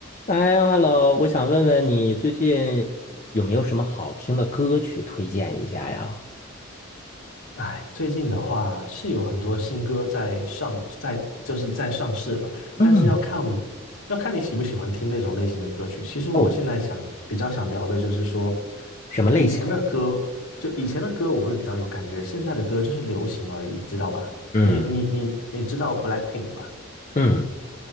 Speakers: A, on the left; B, on the left.
A: 哎，Hello，我想问问你最近有没有什么好听的歌曲推荐一下呀？
B: 哎，最近的话是有很多新歌在上，在就是在上市了，
A: 嗯，
B: 但是要看要看你喜不喜欢听那种类型的歌曲。其实我现在想比较想聊的就是说，
A: 哦，什么类型呀？
B: 以前的歌就以前的歌我会比较有感觉，现在的歌就是流行而已，知道吧？
A: 嗯
B: 你你你你知道 BLACKPINK 吧？
A: 嗯